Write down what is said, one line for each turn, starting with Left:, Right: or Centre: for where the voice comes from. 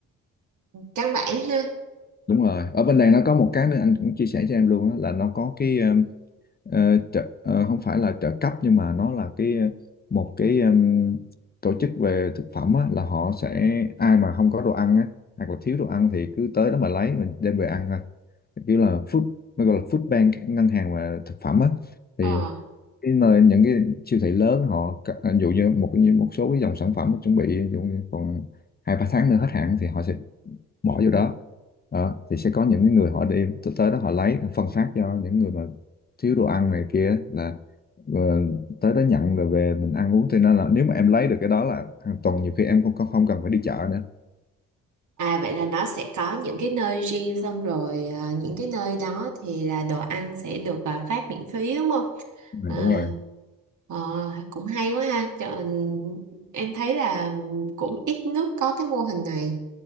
Right: căn bản ha
Left: đúng rồi ở bên này nó có một cái nữa anh cũng chia sẻ cho em luôn á là nó có cái ờ, Ờ, trợ, ờ, không phải là trợ cấp nhưng mà nó là cái ờ, một cái ừm, tổ chức về thực phẩm á, là họ sẽ ai mà không có đồ ăn á hoặc là thiếu đồ ăn thì cứ tới đó mà lấy mình đem về ăn thôi kiểu là food nó gọi là food bank ngân hàng và thực phẩm á thì
Right: Ờ.
Left: cái nơi những cái siêu thị lớn họ c- ví dụ như một như một số cái dòng sản phẩm chuẩn bị ví dụ như còn hai ba tháng nữa hết hạn thì họ sẽ bỏ vô đó Đó, thì sẽ có những cái người họ đi t- tới đó họ lấy họ phân phát cho những người mà thiếu đồ ăn này kia là ờ, tới đó nhận rồi về mình ăn uống cho nên là nếu mà em lấy được cái đó là hàng tuần nhiều khi em không không cần phải đi chợ nữa
Right: À vậy là nó sẽ có những cái nơi riêng xong rồi à, những cái nơi đó thì là đồ ăn sẽ được à, phát miễn phí đúng không?
Left: Ừ,
Right: À,
Left: đúng rồi
Right: ờ, cũng hay quá ha. Trời, em thấy là cũng ít nước có cái mô hình này.